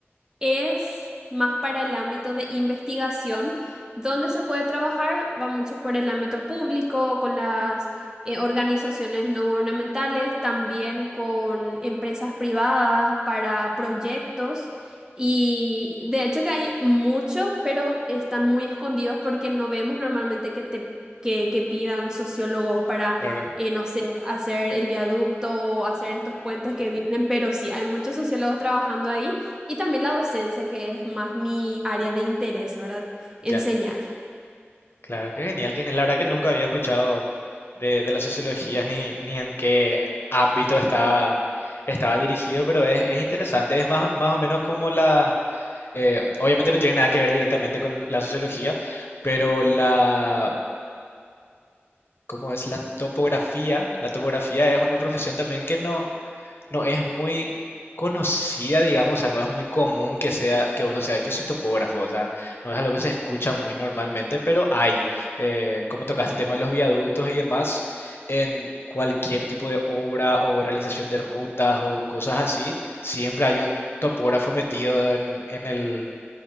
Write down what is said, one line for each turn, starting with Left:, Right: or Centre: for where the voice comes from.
Right: es más para el ámbito de investigación, donde se puede trabajar, va mucho por el ámbito público, con las eh, organizaciones no gubernamentales, también con empresas privadas para proyectos. Y de hecho que hay mucho, pero están muy escondidos porque no vemos normalmente que te que, que pidan sociólogos para,
Left: Claro.
Right: eh, no sé, hacer el viaducto o hacer estos puentes que vienen, pero sí, hay muchos sociólogos trabajando ahí. Y también la docencia, que es más mi área de interés, ¿verdad? Enseñar.
Left: Ya, claro, qué genial, que La verdad que nunca había escuchado de, de la sociología ni, ni en qué ámbito estaba, estaba dirigido, pero es, es interesante. Es más, más o menos como la... eh, obviamente no tiene nada que ver directamente con la sociología, pero la... ¿Cómo es la topografía? La topografía es una profesión también que no no es muy conocida, digamos, o sea, no es muy común que sea, que uno sea, yo soy topógrafo, o sea, no es algo que se escucha muy normalmente, pero hay, eh, como tocaste el tema de los viaductos y demás, en cualquier tipo de obra o realización de rutas o cosas así, siempre hay un topógrafo metido en, en el,